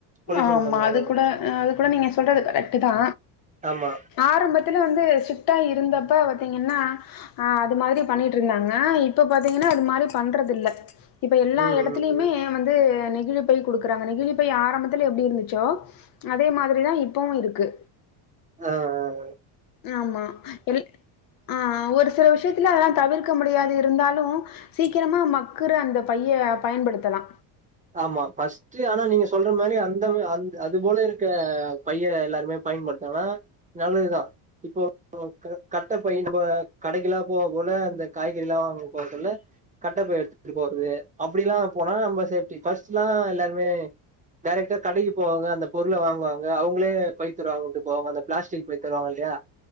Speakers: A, on the right; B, on the left.
A: பொல்யூஷன்
B: ஆமா
A: கொஞ்சோ நல்லது
B: அது கூட அது கூட நீங்க சொல்றது கரெக்ட் தா
A: ஆமா
B: ஆரம்பத்துல வந்து ஸ்ட்ரிக்ட்டா இருந்தப்ப பாத்தீங்கன்னா ஆ அது மாரி பண்ணிட்டு இருந்தாங்க இப்ப பாத்தீங்கன்னா அது மாரி பண்றது இல்ல இப்ப எல்லா
A: ம்
B: எடத்துலியுமே
A: ம் ம்
B: வந்து நெகிழி பை குடுக்குறாங்க நெகிழி பை ஆரம்பத்துல எப்டி இருந்துச்சோ அதே மாதிரி தா இப்பவு இருக்கு
A: அ அ அ
B: ஆமா எல் ஆ ஒரு சில விஷியத்துல அதெல்லா தவிர்க்க முடியாது இருந்தாலு சீக்கிரமா மக்குரு அந்த பைய பயன்படுத்துல்லா
A: ஆமா ஃபர்ஸ்ட் இருந்துச்சீ ஆனா நீங்க சொல்ற மாரி அந்த அந்த அது போல இருக்க பைய எல்லாருமே பயன்படுத்தனா நல்லதுதா இப்போ க க கட் கட்டபை நம்ப கடைக்கெல்லா போக போல அந்த காய்கறிலா வாங்க போகதுல்ல கட்டப்பைய் எடுத்துட்டு போறது அப்டிலா போனா நம்ம சேஃப்டி ஃபர்ஸ்ட்ல்லா எல்லாருமே டெரக்டா கடைக்கு போவாங்க அந்த பொருள வாங்குவாங்க அவுங்களே பைத் தருவாகனுட்டு போவாங்க அந்த பிளாஸ்டிக் பை தருவாங்க இல்லியா